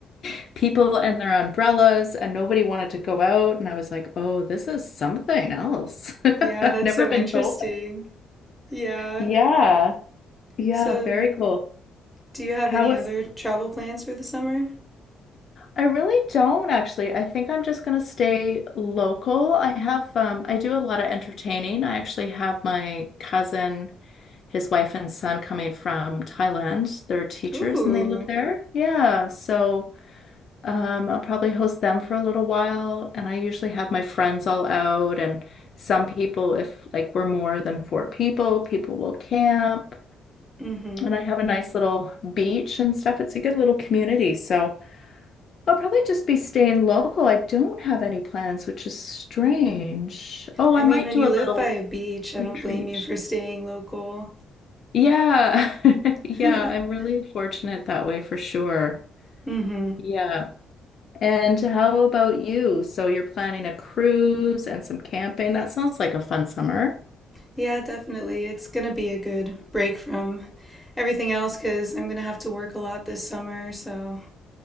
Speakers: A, on the left; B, in the centre.
A: <laughs> people and their umbrellas, and nobody wanted to go out. And I was like, oh, this is something else. <laughs>
B: Yeah,
A: I've
B: that's
A: never
B: so
A: been
B: interesting.
A: told.
B: Yeah.
A: Yeah. Yeah,
B: So,
A: very cool.
B: do you have
A: How
B: any
A: was
B: other travel plans for the summer?
A: I really don't actually. I think I'm just gonna stay local. I have um I do a lot of entertaining. I actually have my cousin, his wife and son coming from Thailand. They're teachers
B: Ooh.
A: and they live there. Yeah, so um I'll probably host them for a little while and I usually have my friends all out and some people if like we're more than four people, people will camp
B: Mm-hmm.
A: and I have a nice little beach and stuff. It's a good little community. So I'll probably just be staying local. I don't have any plans, which is strange. Oh,
B: I
A: I
B: mean,
A: might
B: when
A: do
B: you
A: a
B: live
A: little
B: by a beach, I
A: retreat.
B: don't blame you for staying local.
A: Yeah. <laughs> Yeah,
B: <laughs>
A: I'm really fortunate that way for sure.
B: Mm-hmm.
A: Yeah. And how about you? So you're planning a cruise and some camping. That sounds like a fun summer.
B: Yeah, definitely. It's gonna be a good break from everything else because I'm gonna have to work a lot this summer, so